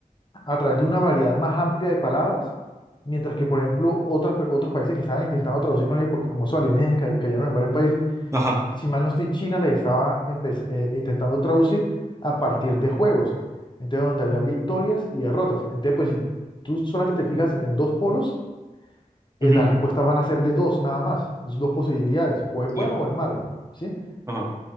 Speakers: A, on the left; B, on the right.
A: a través de una variedad más amplia de palabras, mientras que, por ejemplo, otras, pe- otros países que estaban intentando traducir con ellos, porque como esos alienígenas ca- cayeron en varios países,
B: Ajá.
A: y si mal no estoy, China les estaba empe- eh, intentando traducir a partir de juegos, entonces donde había victorias y derrotas. Entonces, pues si tú solamente te fijas en dos polos, eh,
B: ujú,
A: las respuestas van a ser de dos nada más, es dos posibilidades, o es bueno
B: sí,
A: o es malo, ¿sí?
B: ajá.